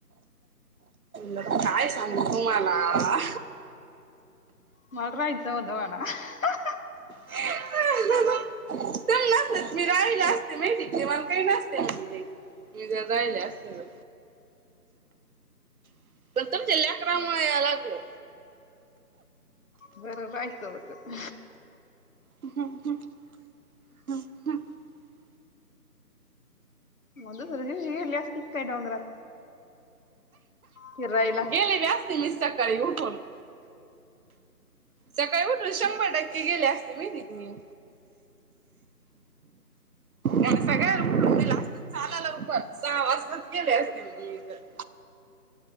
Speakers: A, on the right; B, on the left.
A: काय सांगू तुम्हाला?
B: मला राहायच होत <unintelligible>
A: त्यांना मी राहिले असते माहिती काय मला काही नसते म्हटले मी जर राहिले असते तर <unintelligible> तुमच्या लेकरामुळे यायला लागल
B: बरं राहायचं होतं
A: हम्म हम्म <unintelligible>
B: मग दुसऱ्या दिवशी गेली असती काय डोंगरात? फिरायला
A: गेले बी असते मी सक काही उठून सकाळी उठून शंभर टक्के गेले असते मी माहित का मी <inaudible> आणि सगळ उठून दिेला असत चाला लवकर सहा वाजताच गेले असते मी तर